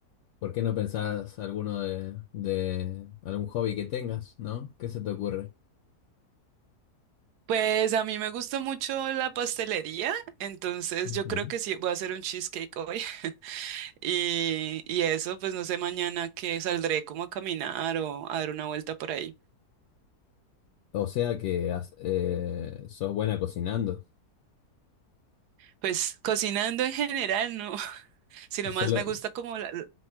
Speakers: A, on the left; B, on the right.
A: ¿Por qué no pensás alguno de, de algún hobby que tengas, ¿no? ¿Qué se te ocurre?
B: Pues a mí me gusta mucho la pastelería, entonces
A: Ujú.
B: yo creo que sí voy a hacer un cheesecake hoy. <laughs> Y, y eso, pues no sé mañana que saldré como a caminar o a dar una vuelta por ahí.
A: O sea que has- eh, sos buena cocinando.
B: Pues cocinando en general, no, <laughs> sino
A: Solo
B: más me gusta como la... la-